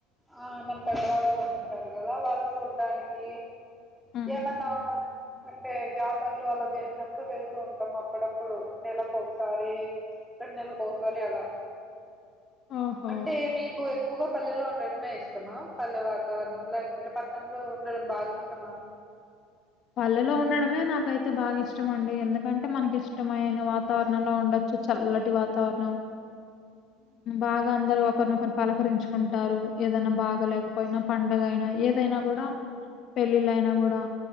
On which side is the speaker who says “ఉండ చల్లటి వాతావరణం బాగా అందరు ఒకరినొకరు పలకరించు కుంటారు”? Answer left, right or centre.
Left